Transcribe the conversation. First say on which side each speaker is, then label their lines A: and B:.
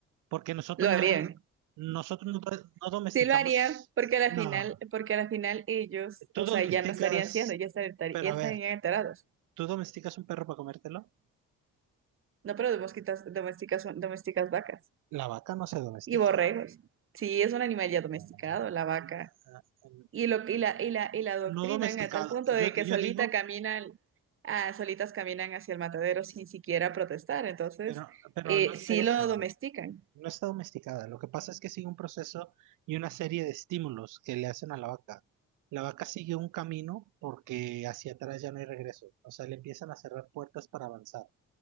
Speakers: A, on the right; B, on the right.
A: porque nosotros
B: lo
A: no,
B: harían.
A: dom- nosotros no, do- no domesticamos,
B: Sí lo harían, porque al
A: no,
B: final, porque al final ellos,
A: tú
B: o
A: domesticas,
B: sea, ya no estarían siendo, ya estarían,
A: pero
B: ya
A: a
B: estarían
A: ver,
B: enterados.
A: ¿tú domesticas un perro para comértelo?
B: No, pero domesticas, domesticas, domesticas vacas.
A: La vaca no se domestica.
B: Y borregos. Sí, es un animal ya domesticado,
A: No, no,
B: la vaca.
A: no
B: Y lo y la y la y la adoctrinan
A: no domesticado,
B: a tal punto de
A: yo,
B: que
A: yo
B: solita
A: digo,
B: caminan, ah, solitas caminan hacia el matadero sin siquiera protestar. Entonces,
A: pero, pero
B: eh,
A: no es
B: sí
A: eso.
B: lo domestican.
A: No está domesticada. Lo que pasa es que sigue un proceso y una serie de estímulos que le hacen a la vaca. La vaca sigue un camino porque hacia atrás ya no hay regreso. O sea, le empiezan a cerrar puertas para avanzar.